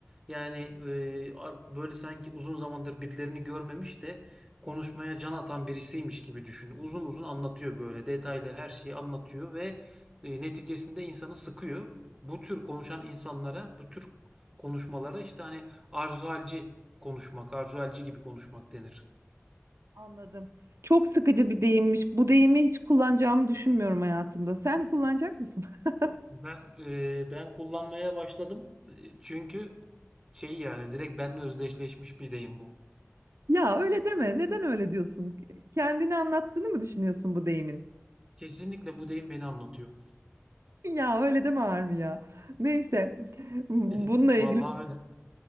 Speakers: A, on the right; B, on the right.
A: yani e, ar- böyle sanki uzun zamandır birilerini görmemiş de konuşmaya can atan birisiymiş gibi düşün. Uzun uzun anlatıyor böyle detaylı her şeyi anlatıyor ve e, neticesinde insanı sıkıyor. Bu tür konuşan insanlara, bu tür konuşmalara işte hani arzuhalci konuşmak, arzuhalci gibi konuşmak denir.
B: Anladım. Çok sıkıcı bir deyimmiş. Bu deyimi hiç kullanacağımı düşünmüyorum hayatımda. Sen kullanacak mısın? <laughs>
A: Ben e, ben kullanmaya başladım. E, Çünkü şey yani direkt benimle özdeşleşmiş bir deyim bu.
B: Ya öyle deme. Neden öyle diyorsun? Kendini anlattığını mı düşünüyorsun bu deyimin?
A: Kesinlikle bu deyim beni anlatıyor.
B: Ya öyle deme Armi ya. Neyse. Bununla
A: <laughs> Vallahi
B: ilgili.
A: öyle.